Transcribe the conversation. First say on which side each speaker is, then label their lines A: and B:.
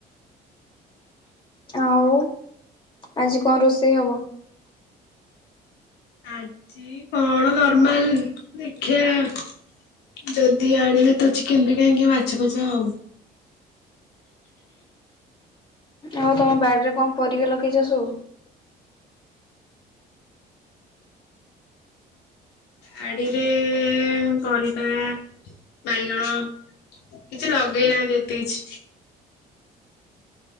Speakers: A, on the left; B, on the left.
A: ଆଉ ଆଜି କଣ ରୋଷେଇ ହବ?
B: ଆଜି କଣ ନର୍ମାଲ ଦେଖିବା। ଯଦି ଆଣିବେ ତ ଚି କେନ ଫିକେନ କି ମାଛ ଫାଛ ହଉ
A: ଆଉ ତମ ବାଡ଼ିରେ କଣ ପରିବା ଲଗେଇଛ ସବୁ
B: ବାଡିରେ ପରିବା ବାଇଗଣ। କିଛି ଲଗେଇ ନାହାନ୍ତି ଏତେ କିଛି।